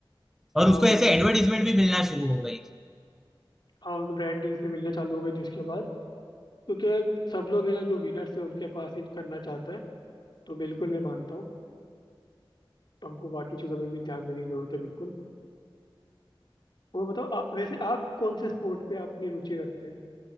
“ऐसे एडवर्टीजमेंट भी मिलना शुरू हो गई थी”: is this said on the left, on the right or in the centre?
Centre